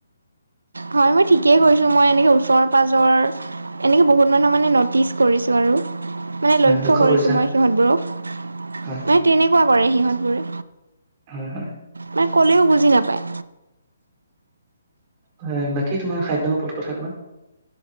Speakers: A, on the right; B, on the right.
A: হয় মই ঠিকেই কৈছো। মই এনেকে ওচৰ পাজৰ। এনেকে বহুত মানুহ মানে ন'টিচ কৰিছোঁ আৰু মানে
B: হয়
A: লক্ষ্য কৰিছো
B: কৰিছা
A: মই সিহঁতবোৰক।
B: হয়।
A: মানে। তেনেকুৱা কৰে সিহঁতবোৰে
B: হয়, হয়,
A: মানে কলেও বুজি নাপায়।
B: হয়। বাকী তোমাৰ খাদ্যৰ ওপৰত কথা কোৱা।